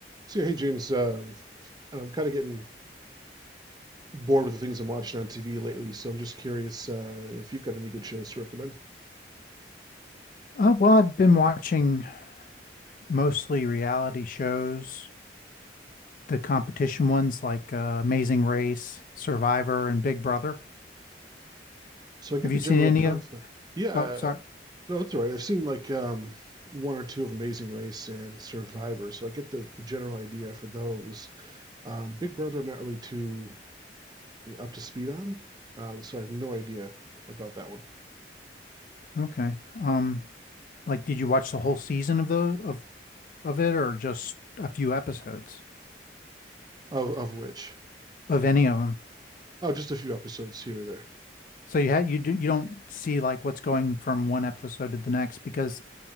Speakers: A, on the right (about 25°); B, on the left (about 50°).
A: So yeah, hey, James, uh, and I'm kind of getting bored with the things I'm watching on TV lately, so I'm just curious uh, if you've got any good shows to recommend.
B: Uh, well, I've been watching mostly reality shows, the competition ones like uh, Amazing Race, Survivor, and Big Brother.
A: So I get
B: Have you
A: the general
B: seen any
A: concept.
B: of?
A: Yeah, uh,
B: Oh, sorry.
A: no, it's all right. I've seen like um, one or two of Amazing Race and Survivor, so I get the, the general idea for those. Um, Big Brother, I'm not really too up to speed on, um, so I have no idea about that one.
B: Okay. Um, like, did you watch the whole season of those of of it, or just a few episodes
A: Of of which,
B: of any of them?
A: oh, just a few episodes here or there.
B: So you had you do you don't see like what's going from one episode to the next because